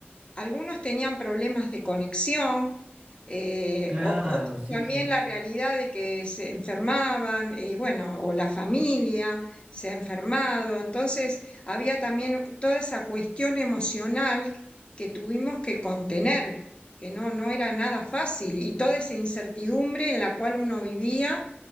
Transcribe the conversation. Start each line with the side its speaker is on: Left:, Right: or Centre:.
Left: algunos tenían problemas de conexión, eh,
Right: claro,
Left: o- otros
Right: sí,
Left: también
Right: sí.
Left: la realidad de que se enfermaban, y bueno, o la familia se ha enfermado. Entonces, había también toda esa cuestión emocional que tuvimos que contener, que no, no era nada fácil, y toda esa incertidumbre en la cual uno vivía,